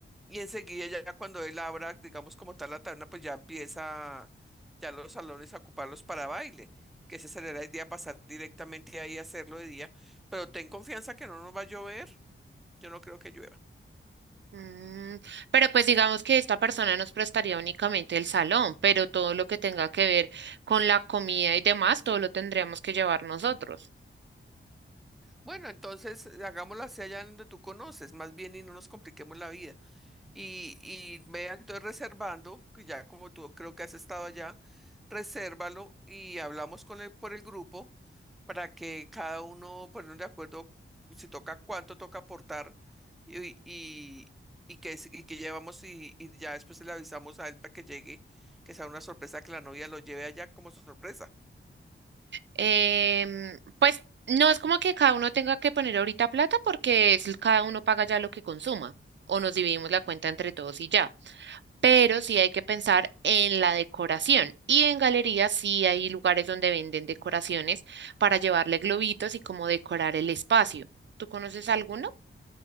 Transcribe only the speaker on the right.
Mm, pero pues digamos que esta persona nos prestaría únicamente el salón, pero todo lo que tenga que ver con la comida y demás, todo lo tendríamos que llevar nosotros.
Em, pues no es como que cada uno tenga que poner ahorita plata porque es, cada uno paga ya lo que consuma o nos dividimos la cuenta entre todos y ya. Pero sí hay que pensar en la decoración y en galerías sí hay lugares donde venden decoraciones para llevarle globitos y como decorar el espacio. ¿Tú conoces alguno?